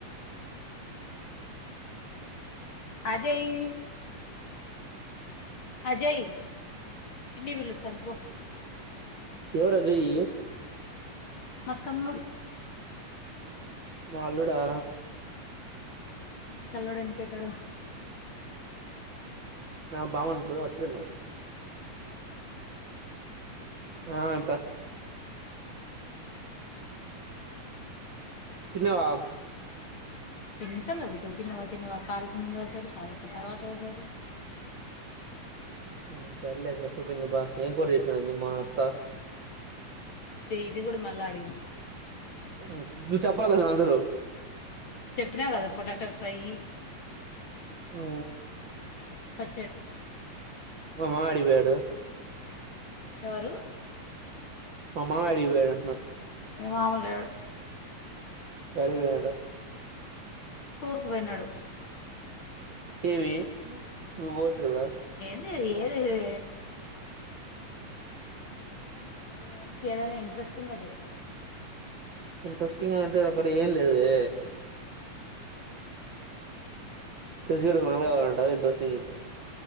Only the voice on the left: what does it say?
అదే ఈ అజయ్ పిన్ని పిలుస్తాంది పో
మా తమ్ముడు
నీకు అల్లుడు ఎందుకైతాడు
ఆ
ఎన్నిసార్లు అడుగుతావ్ తిన్నావా తిన్నవా అక్క అంతకు ముందు ఒకసారి కాదు ఒక తర్వాత ఒకసారి
ఇదే ఇది కూడా మళ్ళా అడిగినా
చెప్పినా కదా పొటాటో ఫ్రై
ప
ఎవరు
మీ మామ లేడు
టూర్కు పోయినాడు
ది ఏంది ఏ హే హే సర్లే వంశీ ఏదైనా ఇంట్రెస్టింగ్ గా చెప్పు
వంశీ